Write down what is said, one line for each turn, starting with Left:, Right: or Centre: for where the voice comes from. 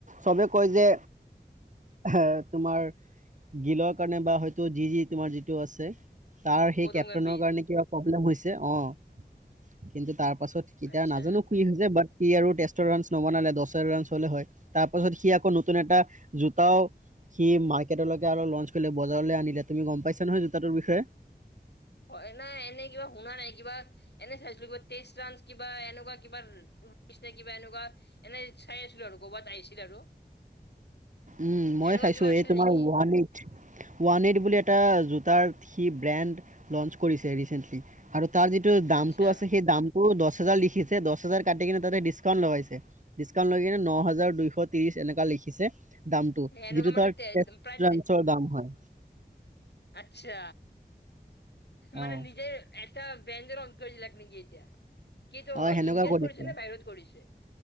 Right: চবে কয় যে
Left: <inaudible>
Right: এ তোমাৰ গিলৰ কাৰণে বা হয়তো যি-যি তোমাৰ যিটো আছে। তাৰ সেই
Left: গৌতম
Right: কেপ্তনৰ
Left: গম্ভীৰ
Right: কাৰণে কিবা প্ৰব্লেম হৈছে অ' কিন্তু তাৰ পাছত কেতিয়া
Left: আচ্ছা
Right: নাজানো কি হৈছে বাট সি আৰু তেষ্টৰ ৰানচ নবনালে দচৰ ৰানচ হ'লে হয় তাৰ পাছত সি আকৌ নতুন এটা জোতাও সি মাৰ্কেটলৈকে অলপ লঞ্চ কৰিলে বজাৰলৈ আনিলে তুমি গম পাইছা নহয় জোতাটোৰ বিষয়ে।
Left: হয় নাই এনে কিবা শুনা নাই কিবা এনে চাইছিলো কিবা তেষ্ট ৰানছ কিবা এনেকুৱা কিবা <unintelligible> কিবা এনেকুৱা এনে চাই আছিলো আৰু ক'বাত আহিছিল আৰু।
Right: উম, মই
Left: এনেকুৱা
Right: চাইছো
Left: কিবা আছিল
Right: এই তোমাৰ
Left: নেকি
Right: ওৱান এইট। ওৱান এইট বুলি এটা জোতাৰ সি ব্ৰেণ্ড লঞ্চ কৰিছে ৰিচেণ্টলি আৰু তাৰ যিটো দামটো
Left: আচ্ছা
Right: আছে সেই দাম <unintelligible> দচ হাজাৰ লিখিছে দছ হাজাৰ কাটি কিনে তাতে ডিছকাউণ্ট লগাইছে, ডিছকাউণ্ট লৈ কিনে ন হাজাৰ দুইশ ত্ৰিশ এনেকা লিখ লিখিছে দামটো
Left: এনেকুৱা
Right: যিটো
Left: মানে
Right: তাৰ
Left: তে
Right: টেষ্ট
Left: প্ৰায়
Right: ৰানচৰ দাম হয়।
Left: আচ্ছা। মানে
Right: অঁ
Left: নিজে এটা ব্যঞ্জ অধ কৰিছিল ন। <unintelligible> কি এতিয়া কি এটো
Right: অঁ
Left: হয়
Right: সেনেকুৱা
Left: ইণ্ডিয়াত
Right: কৰিছিলে
Left: কৰিছে নে বাহিৰত কৰিছে।